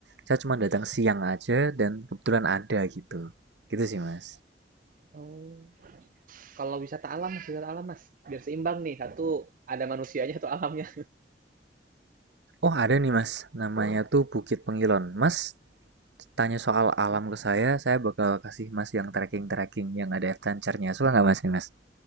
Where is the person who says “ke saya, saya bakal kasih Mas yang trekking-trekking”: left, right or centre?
Right